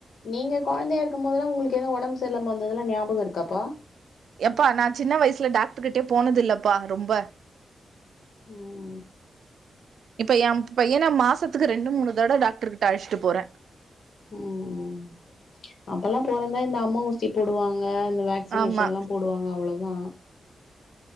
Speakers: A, on the left; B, on the right.
A: நீங்க கொழந்தையா இருக்கும் போதுலா உங்களுக்கு எது ஒடம்பு சர்ல்லாம வந்ததுலா ஞாபக இருக்காப்பா
B: எப்பா நா சின்ன வயிசுல டாக்டு கிட்டே போனது இல்லப்பா ரொம்ப
A: ம்
B: இப்ப எம் பையன மாசத்துக்கு ரெண்டு மூணு தட டாக்டர்ட்ட அழச்சிட்டு போறே
A: ம் அப்பல்லாம் பொறந்தா இந்த அம்ம ஊசி போடுவாங்க இந்த க்சினேஷன்லா
B: ஆமா
A: போடுவாங்க அவ்ளோதா